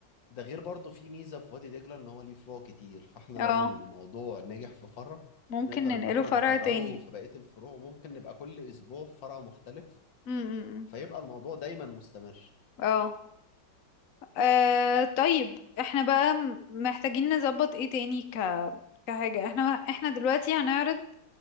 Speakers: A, on the left (about 75°); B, on the left (about 50°).
A: ده غير برضه في ميزه في وادي دجله ان هو ليه فروع كتير فاحنا
B: اه
A: لو الموضوع نجح في فرع
B: ممكن
A: نقدر
B: ننقله
A: ان احنا
B: فرع
A: نكرره
B: تاني
A: في بقيه الفروع ممكن نبقى كل اسبوع في فرع مختلف
B: م- م- م.
A: فيبقى الموضوع دايما مستمر
B: اه آه، طيب احنا بقى م- محتاجين نظبط ايه تاني ك كحاجة احنا احنا دلوقتي هنعرض